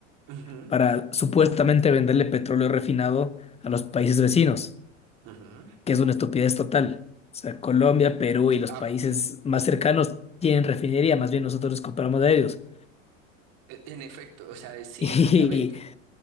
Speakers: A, on the right (about 55°); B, on the left (about 15°).
A: Ujú,
B: para supuestamente venderle petróleo refinado a los países vecinos,
A: ujú.
B: que es una estupidez total. O sea, Colombia, Perú
A: Aquí-
B: y los
A: ah,
B: países más cercanos tienen refinería, más bien nosotros les compramos de ellos.
A: e- en efecto, o sea,
B: <laughs>
A: sí,
B: Y
A: exactamente.